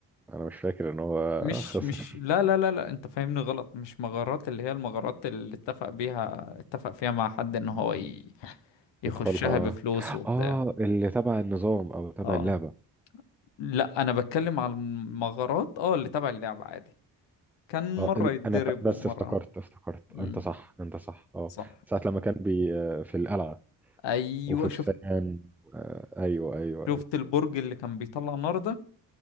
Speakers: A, in the centre; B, on the left (about 75°).
A: انا مش فاكر ان هو
B: مش
A: خسر
B: مش لا لا لا لا انت فاهمني غلط مش مغارات اللي هي المغارات اللي اتفق بيها اتفق فيها مع حد ان هو ي- يخشها
A: يدخلها
B: بفلوس وبتاع
A: اه آه، اللي تبع النظام او تبع
B: اه
A: اللعبه
B: لا انا بتكلم على المغارات اه اللي تبع اللعبة عادي كان
A: اه
B: مرة
A: ال-
B: يتضرب
A: انا ف- بس
B: ومرة
A: افتكرت افتكرت
B: امم
A: انت صح انت صح اه
B: صح
A: ساعه لما كان بي آه، في القلعه
B: ايوه
A: وفرسان
B: شفت
A: آه، ايوه ايوه
B: شفت
A: ايوه
B: البرج اللي كان بيطلع نار ده